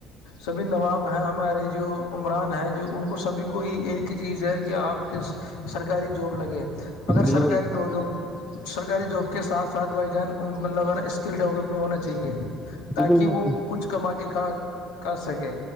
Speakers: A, on the left; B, in the centre.
A: سبھی نواب ہیں ہمارے جو عمران ہیں جو ان کو سبھی کو ہی ایک ہی چیز ہے کہ آپ ک سرکاری جاب لگے مگر
B: بالکل
A: سرکاری
B: بالکل
A: ڈ جاب سرکاری جاب کے ساتھ ساتھ بھ جان مطلبا اسکل ڈیولپ ہونا چاہیے تاکہ
B: بالکل
A: وہ کچھ کما کے کا کر سکے